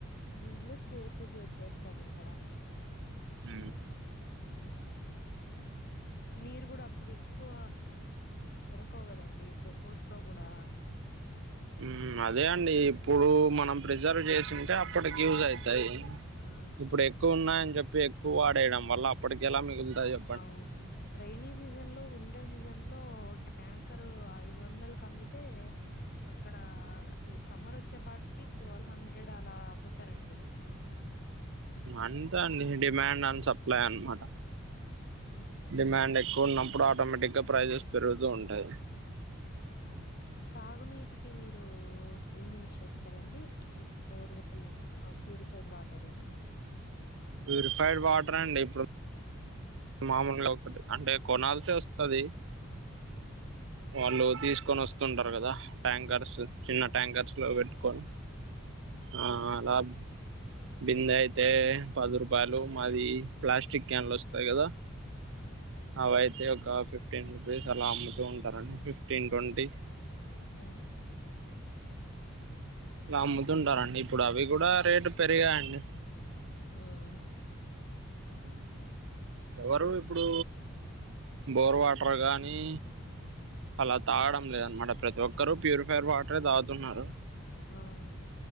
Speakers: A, on the left; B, on the right.
A: ఫుల్లు స్క్ సిటి వచ్చేస్తుంది ఇక్కడ,
B: అ
A: ఉం, నీరు కూడా అప్పుడు ఎక్కువ దొరక కదండి బోర్స్ లో కూడా,
B: ఉం అదే అండి ఇప్పుడు మనం ప్రిజర్వ్ చేసింటే అప్పటికి యూజ్ అయితాయి.
A: ఆ
B: ఇప్పుడు ఎక్కువ ఉన్నాయని చెప్పి ఎక్కువ వాడేయడం వల్ల అప్పటిక ఎలా మిగులుతాయో,
A: అవునువు, రైైన సీజన్ లో వింటర్ సీజన్ లో ట్యాంకరు ఐదు వందలుకు అమ్మితే, అక్కడ సమ్మర్ వచ్చే పాటికి ట్వెల్వ్ హండ్రెడ్ అలా అమ్ముతారండి.
B: అంతే అండి డిమాండ్ అండ్ సప్లై అనమాట,
A: ఉ
B: డిమాండ్ ఎక్కువ ఉన్నప్పుడు ఆటోమేటిక్గా ప్రజెస్ పెరుగుతూ ఉంటాయి.
A: ఆ తాగునీటికి మీరు ఏం యూజ్ చేస్తరండి ప్చ్ లైక్ బోర్వెల్ ఆ ప్యూరిఫైడ్ వాటరేనా?
B: ప్యూరిఫైడ్ వాటర్ అండి ఇప్పుడు మామూలుగా
A: హ్మ్.
B: ఒకటి అంటే కొనాల్సి వస్తది
A: హ్మ్.
B: వాళ్ళు తీసుకొని వస్ తింటరు కదా ట్యాంకర్స్ చిన్న
A: అవునా
B: ట్యాంకర్స్ లో
A: అవునా
B: పెట్టుకొని ఆ లాబ్ బిందె అయితే పది రూపాయలు మాది ప్లాస్టిక్ క్యాన్లు వస్తాయి కదా
A: ఉమ్
B: అవైతే ఒక ఫిఫ్టీన్ రూపీస్ అలా అమ్ముతూ ఉంటారండి. ఫిఫ్టీన్, ట్వంటీ
A: ఉమ్ ఉమ్
B: ఇలా అమ్ముతుంటారండి ఇప్పుడు అవి గుడ రేటు పెరిగాయండి
A: ఉమ్
B: ఉమ్ ఎవరు ఇప్పుడు బోర్ వాటర్ గానీ అలా తాగడం లేదనమాట ప్రతి ఒక్కరు ప్యూరిఫైర్ వాటరే తాగుతున్నారు.
A: అవునండి